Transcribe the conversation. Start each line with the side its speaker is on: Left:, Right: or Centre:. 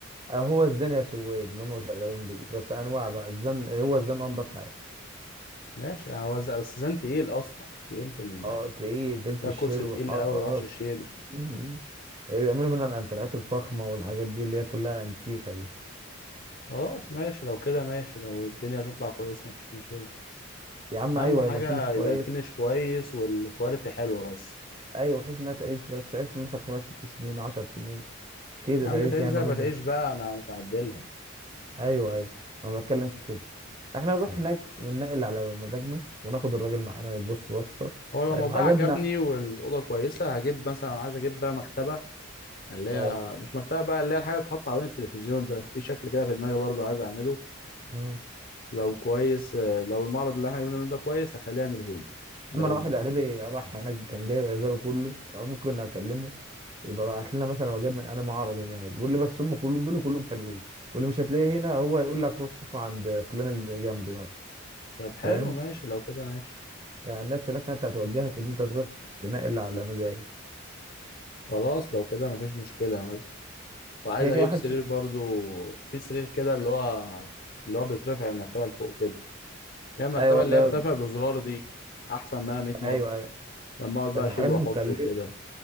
Right: أه، هو الزن يا سويد اللي هم شغالين بيه بس انواع بقى الزن هو الزن انضف حاجه
Left: ماشي يعني هو ز- الزان تقيل اصلا تقيل في ال...
Right: اه تقيل تقيل في
Left: ده
Right: الشيل
Left: كرسي
Right: والحط
Left: تقيل قوي
Right: اه
Left: ما تعرفش تشيله
Right: مم. بيعملوا منها الانتريهات الفخمه والحاجات دي اللي هي كلها انتيكه دي
Left: خلاص ماشي لو كده ماشي لو الدنيا تطلع كويسة مفيش مشكلة
Right: يا عم
Left: اهم
Right: ايوه
Left: حاجة
Right: هيبقى فينش كويس
Left: يبقى الفينش كويس والكواليتي حلوة بس
Right: ايوه بحيث انها تعيش بس تعيش مثلا خمس ست سنين عشر سنين كده
Left: يا عم
Right: تعيش
Left: تعيش
Right: يعني
Left: زي
Right: مدة
Left: ما تعيش بقى انا مش هعدلها
Right: ايوه ايوه انا بتكلم في كده احنا نروح هناك وننقل على مزاجنا وناخد الراجل معانا يبص بصة
Left: هو لو
Right: فاهم
Left: الموضوع
Right: عجبنا
Left: عجبني والاوضه كويسه هجيب مثلا عايز اجيب بقى مكتبه اللي هي
Right: اي
Left: مش مكتبه بقى اللي هي الحاجه اللي بتتحط حوالين التلفزيون ده في شكل كده في دماغي برضو عايز اعمله
Right: مم.
Left: لو كويس آه، لو المعرض اللي احنا جبنا منه ده كويس هخليه يعمله لي لو
Right: اما انا واحد قريبي راح هناك كان جايب عزاله كله ممكن اكلمه يبقى بعت لنا مثلا وجاب من انا معرض هناك بيقول لي بس هم كلهم بيقولوا كلهم حلوين واللي مش هتلاقيه هنا هو يقول لك روح شوفه عند فلان اللي جنبي مثلا
Left: طب حلو
Right: فاهم
Left: ماشي لو كده ماشي
Right: يعني الناس هناك حتى هتوجهك ان انت تروح تنقل على مزاجك
Left: خلاص لو كده مفيش مشكله مثلا وعايز
Right: كده
Left: اجيب
Right: كده محدش
Left: سرير برضو في سرير كده اللي هو اللي هو بيترفع المرتبه لفوق كده اللي هي المرتبه
Right: ايوه
Left: اللي
Right: لا
Left: هي بترفع بزرار دي احسن ما 100 مره
Right: ايوه ايوه
Left: لما اقعد بقى
Right: بس
Left: اشيله
Right: الحاجات دي
Left: واحطه
Right: مكلفه
Left: وكده